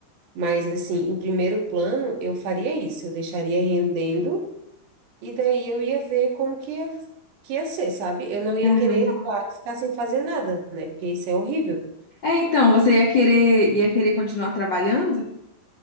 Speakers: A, on the right; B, on the left.
A: mas assim, em primeiro plano, eu faria isso, eu deixaria rendendo e daí eu ia ver como que ia, que ia ser, sabe? Eu não ia
B: Aham.
A: querer, claro, ficar sem fazer nada, né? Porque isso é horrível.
B: É, então, você ia querer, ia querer continuar trabalhando?